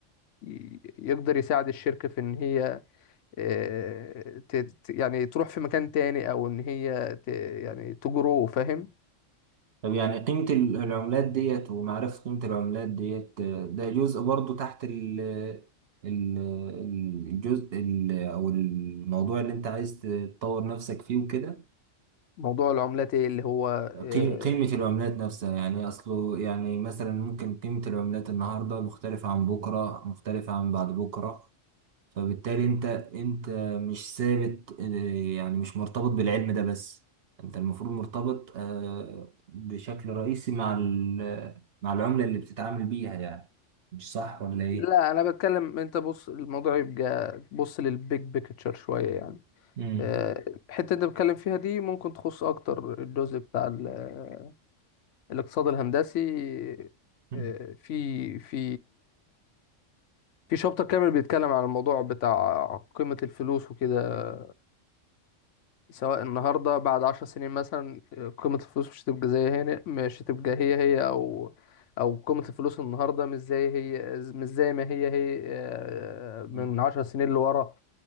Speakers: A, on the left; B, on the right.
A: ي- يقدر يساعد الشركه في ان هي آه، ت- ت- يعني تروح في مكان تاني او ان هي ت- يعني تجرو فاهم
B: طب يعني قيمة ال- العملات ديت ومعرفة قيمة العملات ديت آه، ده جزء برضو تحت ال ال- الجزء ال- أو الموضوع اللي أنت عايز تطور نفسك فيه وكده
A: موضوع العملات إيه اللي هو آه،
B: قي- قيمة العملات نفسها يعني أصله يعني مثلا ممكن قيمة العملات النهاردة مختلفة عن بكرة مختلفة عن بعد بكرة فبالتالي انت انت مش ثابت اه، يعني مش مرتبط بالعلم ده بس انت المفروض مرتبط اه، بشكل رئيسي مع ال- مع العملة اللي بتتعامل بيها يعني مش صح ولا ايه؟
A: لا انا بتكلم انت بص الموضوع يبقى بص للبيج بيكتشر شويه يعني
B: مم.
A: آه، الحته اللي انت بتكلم فيها دي ممكن تخص اكتر الجزء بتاع ال- الاقتصاد الهندسي
B: مم.
A: آه، في في في شابتر كامل بيتكلم عن الموضوع بتاع قيمه الفلوس وكده سواء النهارده بعد عشر سنين مثلا قيمة الفلوس مش هتبقى زي هنا مش هتبقى هي هي أو أو قيمة الفلوس النهارده مش زي هي مش زي ما هي هي آه، من
B: مم.
A: عشر سنين لورا